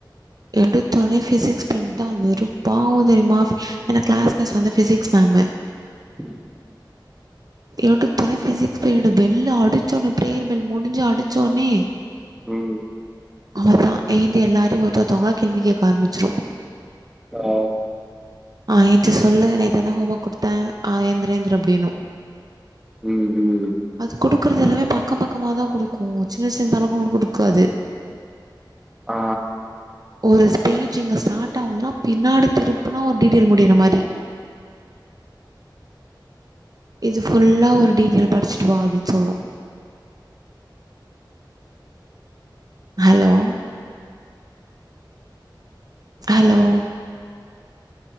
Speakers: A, on the right; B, in the centre.
A: எடுத்த ஒன்னே ஃபிசிக்ஸ் பீரியட் தா வரு பாவோ தெரியுமா ஏன்னா கிளாஸ் மிஸ் வந்து ஃபிசிக்ஸ் மேம்மு
B: ம்
A: எடுத்த ஒன்னே பிசிக்ஸ் பீரியட் பெல் அடிச்ச ஒன்னே பிரேயர் பெல் முடிஞ்சி அடிச்ச ஒன்னே
B: ம்
A: அவளதா எழுந்து எல்லாரையு ஒருத்த ஒருத்தவங்களா கேள்வி கேக்க ஆரம்மிச்சிரு
B: ஆ
A: ஆ ஏஞ்சி சொல்லு நேத்து என்ன ஹோம் ஒர்க் குடுத்தே ஆ எந்திரி ஏந்திரி அப்டின்னு
B: ம் ம்
A: அது குடுக்குறது எல்லாமே பக்கம் பக்கமா தா குடுக்கு சின்ன சின்ன தால்லா ஒண்ணு குடுக்காது
B: ஆ
A: ஒரு ஸ்பேஜ் இங்க ஸ்டார்ட் ஆவுதுன்னா பின்னாடி திருப்புனா ஒரு டீட்டெயில் முடியிற மாரி இது ஃபுல்லா ஒரு டிட்டெயில் படிச்சிட்டு வா அப்டின்னு சொல்லு ஹலோ ஹலோ